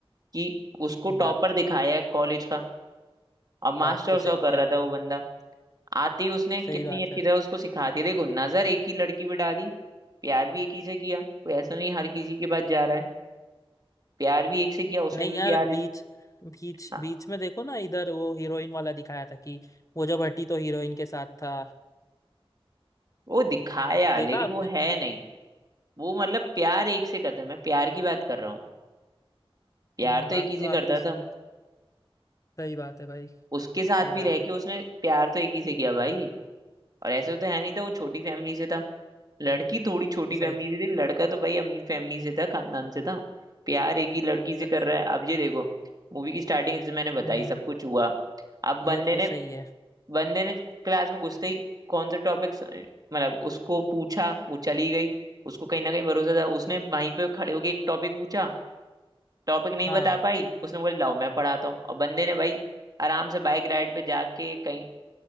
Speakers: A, on the right; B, on the left.
A: कि उसको
B: <laughs> बात
A: टॉपर दिखाया है कॉलेज का अब मास्टर
B: बात तो सही
A: सौ कर
B: है यार
A: रहा था वो बंदा आती उसने कितनी
B: सही बात
A: अच्छी
B: है
A: तरह उसको सिखा दिया देखो नजर एक ही लड़की पे डाली प्यार भी एक ही से किया कोई ऐसा नहीं हर किसी के पास जा रहा है प्यार भी एक से किया उसने
B: नहीं
A: भी
B: यार
A: प्यार
B: बीच बीच
A: हाँ,
B: बीच में देखो ना इधर वो हीरोइन वाला दिखाया था कि वो जब हटी तो हीरोइन के साथ था
A: वो दिखाया
B: देखा
A: लेकिन
B: आपने
A: वो है नहीं वो मतलब प्यार एक से करता है मैं प्यार की बात कर रहा हूँ प्यार
B: हम्म, बात
A: तो एक ही से
B: तो आपकी
A: करता
B: सही
A: था
B: सही बात है भाई
A: उसके
B: सही
A: साथ भी
B: बात
A: रह के
B: है
A: उसने प्यार तो एक ही से किया भाई और ऐसे तो है नहीं था वो छोटी फैमिली से था लड़की थोड़ी छोटी
B: सही
A: फैमिली से थी लड़का तो भाई अमीर फैमिली से था खानदान से था प्यार एक ही लड़की से
B: स-
A: कर रहा है अब ये देखो मूवी की स्टार्टिंग जैसे मैंने बताई
B: हम्म
A: सब कुछ हुआ अब बंदे
B: ये तो
A: ने
B: सही है
A: बंदे ने क्लास में घुसते ही कौन सा टॉपिक मतलब उसको पूछा वो चली गई उसको कहीं ना कहीं भरोसा था उसने वहीं पे खड़े होके एक टॉपिक पूछा टॉपिक नहीं
B: हाँ
A: बता पाई उसने बोला लाओ मैं पढ़ाता हूँ और बंदे ने भाई आराम से बाइक राइड पे जाके कहीं